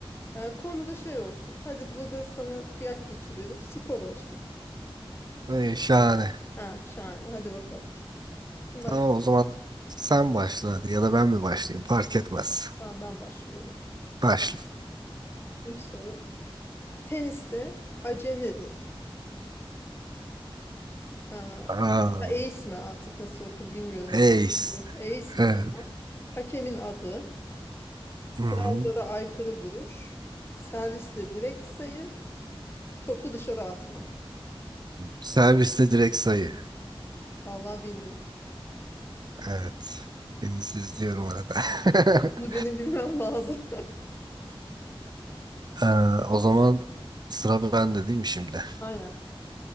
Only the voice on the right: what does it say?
Ay, şahane.
Tamam o zaman sen başla hadi ya da ben mi başlayayım? Fark etmez.
Başla.
Aa,
ace.
Evet.
Hı
hı.
Serviste direkt sayı.
Evet. Deniz izliyorum arada.
<laughs>
Ee, o zaman sıra bende değil mi şimdi?